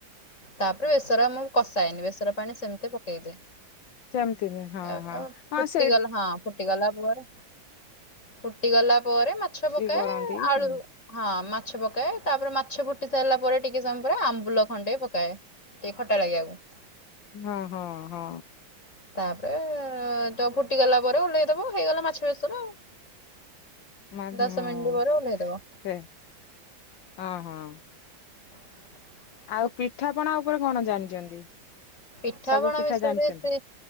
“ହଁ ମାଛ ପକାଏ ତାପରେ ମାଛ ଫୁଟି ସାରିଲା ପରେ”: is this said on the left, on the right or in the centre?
Left